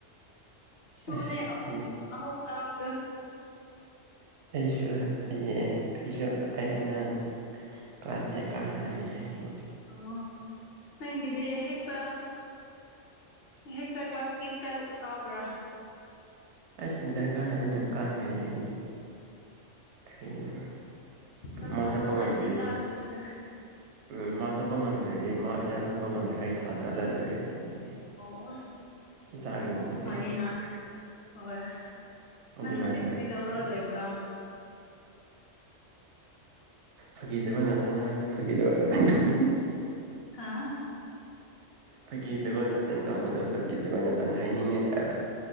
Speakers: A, on the left (about 60°); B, on the right (about 70°).
A: ꯏꯁꯨꯅꯦ
B: ꯑꯁ
A: ꯑꯍꯨꯝ
B: ꯑꯩ
A: ꯑꯍꯨꯝ ꯀꯥꯕꯗꯣ
B: ꯑꯩꯁꯨ ꯍꯌꯦꯡ ꯑꯩꯁꯨ ꯑꯩ ꯑꯉꯥꯡ ꯀ꯭ꯂꯥꯁ ꯑꯦꯠ ꯀꯥꯍꯜꯂꯅꯤ ꯍꯌꯦꯡꯗꯤ
A: ꯑꯣ ꯅꯪꯒꯤꯗꯤ ꯍꯦꯛꯇ ꯍꯦꯛꯇ ꯀ꯭ꯂꯥꯁ ꯑꯦꯠ ꯀꯥꯕ꯭ꯔ
B: ꯑꯩꯁ ꯗꯔꯀꯥꯔ ꯇꯥꯗꯦ ꯑꯗꯨꯝ ꯀꯥꯍꯟꯒꯅꯤ ꯑꯩꯗꯤ ꯀꯔꯤꯅꯣ
A: ꯀ꯭ꯂꯥꯁ
B: ꯃꯥ
A: ꯑꯃ
B: ꯆꯠꯄ ꯉꯝꯗ꯭ꯔꯤ
A: ꯑꯅꯤ ꯀꯥꯗꯕꯤꯗ
B: ꯎꯝ ꯃꯥ ꯆꯠꯄ ꯉꯝꯗ꯭ꯔꯗꯤ ꯃꯥ ꯑꯦꯛꯖꯥꯝ ꯊꯥꯕ ꯉꯝꯗ꯭ꯔꯗꯤ ꯑꯩ ꯊꯥ ꯆꯠꯂ ꯂꯣꯏꯔꯦ ꯑꯗꯨꯕꯨꯗꯤ
A: ꯑꯣ ꯑꯣ
B: ꯏꯆꯥꯒꯤ
A: ꯑꯁꯤꯅ
B: ꯃꯍꯨꯠꯅꯤꯅ
A: ꯐꯩꯌꯦꯅ ꯍꯣꯏ
B: ꯑꯗꯨꯃꯥꯏꯅ
A: ꯅꯪ ꯉꯁꯤ
B: ꯇꯧꯗꯕꯅꯤꯅ
A: ꯀꯔꯤ ꯇꯧꯔꯒ ꯂꯩꯕ꯭ꯔ
B: ꯐꯥꯒꯤ ꯖꯨꯒꯥꯏ ꯉꯥꯛꯇꯪ ꯉꯥꯡꯉꯖꯨ ꯐꯥꯒꯤ ꯖꯨꯒꯥꯏ ꯈꯇꯪ ꯇꯧꯅꯤꯡꯉꯤ
A: ꯍꯥꯥ
B: ꯐꯥꯒꯤ ꯖꯨꯒꯥꯏ ꯉꯥꯛꯇꯪ ꯇꯧꯕꯗꯣ ꯐꯥꯒꯤ ꯖꯨꯒꯥꯏ ꯉꯥꯛꯇꯪ ꯍꯥꯏꯅꯤꯡꯉꯦ ꯍꯥꯏꯕ